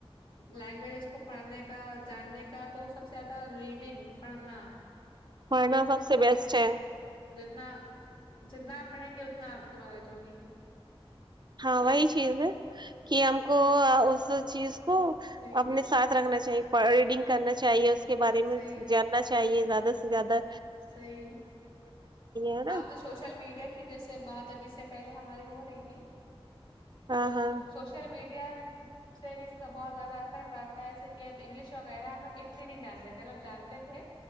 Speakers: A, on the left; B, on the right.
A: لینگویجز کو پڑھنے کا جاننے کا تو سب سے زیادہ ریڈنگ پڑھنا
B: مڑنا سب سے بیسٹ ہے
A: تو جتنا جتنا آپ پڑھیں گے اتنا آپ کو نالج ہوگی
B: ہاں وہی چیز ہے کہ ہم کو اس چیز کو
A: صحیح
B: اپنے ساتھ رکھنا چاہیے ریڈنگ کرنا چاہیے اس کے بارے میں
A: صحیح
B: جاننا چاہیے زیادہ د س گ ادا
A: صحیح
B: ہے نا
A: آپ نے سوشل میڈیا کی جیسے بات ابھی سے پہلے ہماری ہو رہی تھی
B: ہاں
A: تو
B: ہاں
A: سوشل میڈیا س میں اس کا بہت زیادہ اثر پڑتا ہے ایسے کہ اب انگلش وغیرہ ہم لگ اتنے نہیں جانتے ملب جانتے تھے